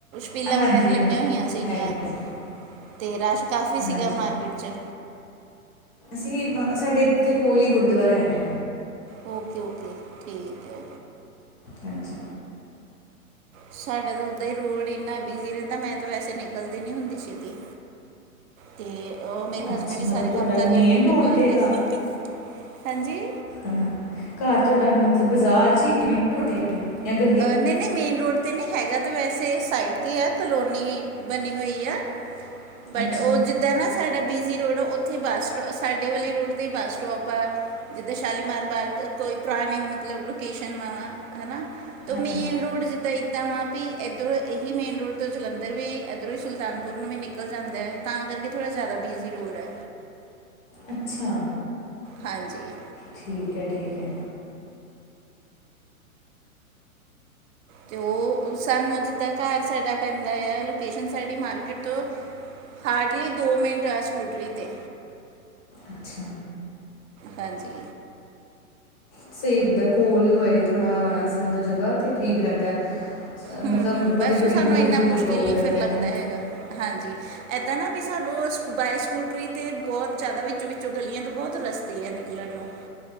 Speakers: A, on the right; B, on the left.
A: ਪੀਲਾਂ
B: ਹਾਂਜੀ,
A: ਵਗੈਰਾ ਲੱਗੀਆਂ
B: ਅੱਜ
A: ਹੋਈਆਂ ਸੀਗੀਆਂ,
B: ਹੈਗਾ ਸੀ,
A: ਤੇ ਰਸ਼ ਕਾਫੀ ਸੀਗਾ
B: ਹਾਂਜੀ।
A: ਮਾਰਕੀਟ 'ਚ।
B: ਅਸੀਂ, ਸਾਡੇ ਏਥੇ ਕੋਲ ਈ ਗੁਰਦੁਆਰਾ ਹੈਗਾ।
A: ਓਕੇ-ਓਕੇ, ਠੀਕ ਐ।
B: ਹਾਂਜੀ।
A: ਸਾਡਾ ਤਾਂ ਓਦਾਂ ਈ ਰੋਡ ਏਨਾ ਬਿਜ਼ੀ ਰੈਂਦਾ, ਮੈਂ ਤੇ ਵੈਸੇ ਨਿਕਲਦੀ ਨਹੀਂ ਹੁੰਦੀ ਛੇਤੀ। ਤੇ, ਓ ਮੇਰੇ
B: ਅੱਛਾ
A: ਹਸਬੈਂਡ ਈ ਸਾਰੇ
B: ਮਤਲਬ ਤੁਹਾਡਾ
A: ਕੰਮ ਕਰ
B: ਮੇਨ
A: ਲੈਂਦੇ ਹੁੰਦੇ
B: ਰੋਡ
A: ਬਾਰ
B: ਤੇ
A: ਦੇ ਹੀਹੀਂ ਹਾਂਜੀ
B: ਹਾਂ-ਹਾਂ, ਘਰ ਤੁਹਾਡਾ ਮਤਲਬ ਬਜ਼ਾਰ'ਚ ਮੇਨ ਰੋਡ ਤੇ? <inaudible>
A: ਨਹੀਂ-ਨਹੀਂ, ਮੇਨ ਰੋਡ ਤੇ ਨਹੀਂ ਹੈਗਾ ਤਾਂ ਵੈਸੇ ਸਾਈਡ ਤੇ ਆ ਕਲੋਨੀ ਬਨੀ ਹੋਈ ਆ। ਬਟ
B: ਅੱਛਾ,
A: ਉਹ ਜਿੱਦਾਂ ਨਾ ਸਾਡਾ ਬੀਜ਼ੀ ਰੋਡ ਆ, ਉੱਥੇ ਬੱਸ, ਸਟੋ ਸਾਡੇ ਵਾਲੇ ਰੋਡ ਤੇ ਈ ਬੱਸ ਸਟੌਪ ਆ। ਇਧਰ ਸ਼ਾਲੀਮਾਰ ਬਾਗ, ਕੋਈ ਪੁਰਾਣੇ ਮਤਲਬ ਲੋਕੇਸ਼ਨ <unintelligible> ਤ
B: ਹਾਂਜੀ,
A: ਮੇਨ ਰੋਡ ਜਿੱਦਾਂ, ਇੱਦਾਂ ਵਾ ਵੀ ਇੱਧਰੋਂ, ਇਹੀ ਮੇਨ ਰੋਡ ਤੋਂ ਜਲੰਧਰ ਵੀ, ਇੱਧਰੋਂ ਈ ਸੁਲਤਾਨਪੁਰ ਨੂੰ ਵੀ ਨਿਕਲ ਜਾਂਦੈ। ਤਾਂ ਕਰਕੇ, ਥੋੜਾ ਜ਼ਿਆਦਾ ਬਿਜ਼ੀ ਰੋਡ ਐ।
B: ਅੱਛਾ।
A: ਹਾਂਜੀ।
B: ਠੀਕ ਐ-ਠੀਕ ਐ।
A: ਤੇ ਉਹ, ਸਾਨੂੰ ਜਿੱਦਾਂ ਘਰ ਸਾਡਾ ਪੈਂਦਾ ਤਾਂ, ਲੋਕੇਸ਼ਨ ਸਾਡੀ ਮਾਰਕੀਟ ਤੋਂ ਹਾਰਡਲੀ ਦੋ ਮਿੰਟ ਆ, ਸਕੂਟਰੀ ਤੇ।
B: ਅਛ
A: ਹਾਂਜੀ‌।
B: ਸਹੀ ਹੁੰਦਾ ਕੋਲ ਹੋਏ ਥੋੜਾ, ਐਸਰ੍ਹਾਂ ਤੇ ਜਗਾ ਤੇ ਠੀਕ ਰਹਿੰਦਾ। ਅ
A: ਹੂੰ
B: ਮਤਲਬ,
A: ਹੂੰ
B: ਬੜੀ-ਬੜੀ
A: ਬਸ ਉਹ ਸਾਨੂੰ
B: ਦੂਰ-ਦੂਰ
A: ਇੰਨਾ ਮੁਸ਼ਕਿਲ
B: ਲੋਗ
A: ਨਹੀਂ
B: ਰਹਿੰਦੇ
A: ਫਿਰ ਲੱਗਦਾ
B: ਨੇ‌।
A: ਹੈਗਾ ਹਾਂਜੀ। ਇੱਦਾਂ ਨਾ ਵੀ ਸਾਨੂੰ ਬਾਏ ਸਕੂਟਰੀ ਤੇ, ਬਹੁਤ ਜ਼ਿਆਦਾ ਵਿੱਚੋਂ-ਵਿੱਚੋਂ ਗਲੀਆਂ ਤੋਂ ਬਹੁਤ ਰਸਤੇ ਆ ਨਿਕਲਣ ਨੂੰ।